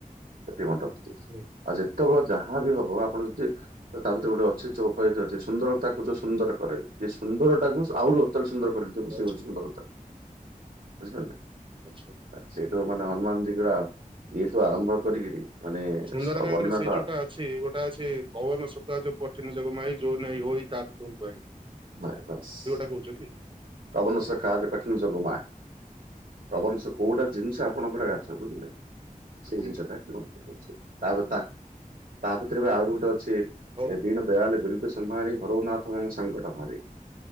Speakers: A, on the right; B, on the right.
A: ସେତିକି ମନେ ରଖିଥିବେ
B: ହୁଁ
A: ଆଉ ଯେ ତୁମ ଯାହା ବି ହବ ଆପଣ ଯଦି। ତ ତା ଭିତରେ ଗୋଟେ ଅଛି ଚଉପାଇତୀ ଅଛି ସୁନ୍ଦରତାକୁ ଯୋ ସୁନ୍ଦର କରଇ। ଯେ ସୁନ୍ଦର ଟାକୁ ଆହୁରି ଅତ୍ୟନ୍ତ ସୁନ୍ଦର କରିଦେବେ ସେ
B: ଆଚ୍ଛା
A: ହଉଛି ସୁନ୍ଦରତା ବୁଝିପାରିଲେ।
B: ଆଚ୍ଛା।
A: ସେଇଠୁ ମାନେ
B: ହୁଁ
A: ହନୁମାନ ଯୀ ଙ୍କର ଇଏଠୁ ଆରମ୍ଭ କରିକିରି ମାନେ
B: ସୁନ୍ଦରାକାଣ୍ଡ
A: ଅବରନାଥ।
B: ରେ ସେଇ ଯୋଉଟା ଅଛି ଗୋଟା ଅଛି କୌବନ ଶୁକା ଯୋଉ କଠିନ ଯୋଗ ମାଇ ଯୋଉ ନେଇ ହୋଇ ତାକୁ ତୁମ କହୀ।
A: ବାରେ ବାସ୍।
B: କହୁଛ କି?
A: କବନସକା ଜୋ କଠିନ ଯୋଗ ମା କବନସୋ କୋଉଟା ଜିନିଷ ଆପଣଙ୍କର ଆ <inaudible> ସେଇ
B: ତୁମ
A: ଜିନିଷଟା
B: ପାଇଁ
A: କି ମତେ କହୁଚି ତାପରେ ତା ତା ଭିତରେ ବି ଆଉରି ଗୋଟେ ଅଛି।
B: ହଉ
A: ଏ ଦୀନ ଦୟାଲ ବିରୁଦ୍ଧ ସମ୍ଭାରି ହରଉନାଥ ମମ ସଂଙ୍କଟ ଭାରେ